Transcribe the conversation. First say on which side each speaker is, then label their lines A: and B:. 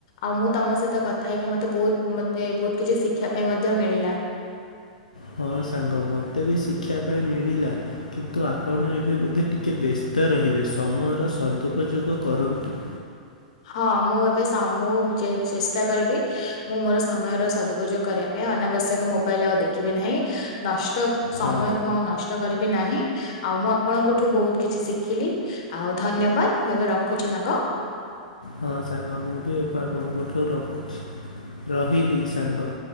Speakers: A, on the left (about 60°); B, on the left (about 90°).
A: ଆଉ ମୁଁ ତମ ସହିତ କଥା ହେଇକି ମତେ ବୋହୁତ୍ ମତେ ବୋହୁତ୍ କିଛି ଶିଖିବା ପାଇଁ ମଧ୍ୟ ମିଳିଲା।
B: ହଁ ସାଙ୍ଗ ମୋତେ ବି ଶିକ୍ଷା ପାଇଁ ମିଳିଲା। କିନ୍ତୁ ଆପଣ ଏବେ ବୋଧେ ଟିକେ ବ୍ୟସ୍ତ ରହିବେ? ସମୟର ସଦୁପଯୋଗ କରନ୍ତୁ।
A: ହଁ ମୁଁ ଏବେ ସ- ମୁଁ ଚେ-ଚେଷ୍ଟା କରିବି ମୁଁ ମୋର ସମୟର ସଦୁପଯୋଗ କରେ। ପାଇଁ ଅନାବଶ୍ୟକ ମୋବାଇଲ୍ ଆଉ ଦେଖିବି ନାହିଁ। ନଷ୍ଟ ସମୟକୁ
B: ହଁ
A: ମୁଁ ଆଉ ନଷ୍ଟ କରିବି ନାହିଁ। ଆଉ ମୁଁ ଆପଣଙ୍କଠୁ ବହୁତ କିଛି ଶିଖିଲି। ଆଉ ଧନ୍ୟବାଦ। ମୁଁ ଏବେ ରଖୁଛି ସାଙ୍ଗ?
B: ହଁ ସାଙ୍ଗ ମୁଁ ବି ଏବେ ଆପଣଙ୍କଠାରୁ ରଖୁଛି। ରହିଲି ସାଙ୍ଗ।